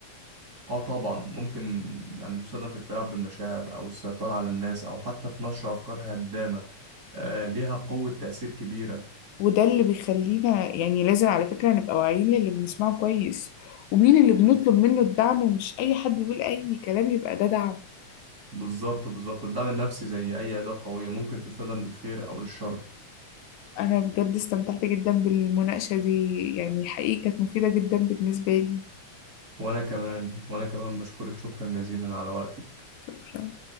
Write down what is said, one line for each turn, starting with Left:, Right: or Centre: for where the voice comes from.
Right: اه طبعا ممكن يعني تستخدم في التلاعب بالمشاعر او السيطرة على الناس او حتى في نشر افكار هدامة آه ليها قوة تأثير كبيرة
Left: وده اللي بيخلينا يعني لازم على فكرة نبقى واعيين للي بنسمعه كويس ومين اللي بنطلب منه الدعم ومش أي حد يقول أي كلام يبقى ده دعم
Right: بالظبط بالظبط الدعم النفسي زي أي أداة قوية ممكن تستخدم للخير أو للشر
Left: أنا بجد استمتعت جدا بالمناقشة دي يعني حقيقة كانت مفيدة جدا بالنسبة لي
Right: وأنا كمان وأنا كمان بشكرك شكرا جزيلا على وقتك
Left: شكرا